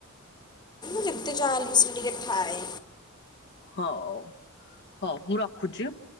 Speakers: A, on the left; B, on the left.
A: ଯେତେ ଯାହାହେଲେ ବି ସେ ଟିକେ ଥାଏ
B: ହଉ ହଉ ମୁଁ ରଖୁଛି।